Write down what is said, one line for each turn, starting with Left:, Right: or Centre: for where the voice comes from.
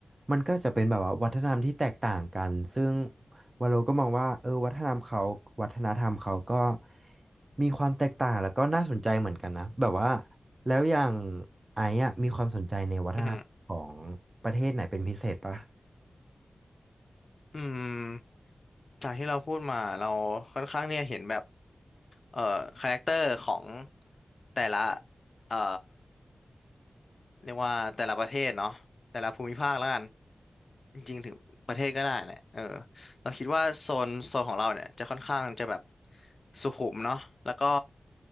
Right: มันก็จะเป็นแบบว่าวัฒนธรรมที่แตกต่างกันซึ่งวาโลก็มองว่าเออวัฒนธรรมเขาวัฒนธรรมเขาก็มีความแตกต่างแล้วก็น่าสนใจเหมือนกันนะแบบว่าแล้วอย่างไอ้อะมีความสนใจในวัฒนธรรมของประเทศไหนเป็นพิเศษปะ
Left: อืม อืมจากที่เราพูดมาเราค่อนข้างเนี่ยเห็นแบบเอ่อคาแรคเตอร์ของแต่ละเอ่อ เรียกว่าแต่ละประเทศเนาะแต่ละภูมิภาคแล้วกันจริงๆถึงประเทศก็ได้แหละเออเราคิดว่าโซนโซนของเราเนี่ยจะค่อนข้างจะแบบสุขุมเนาะแล้วก็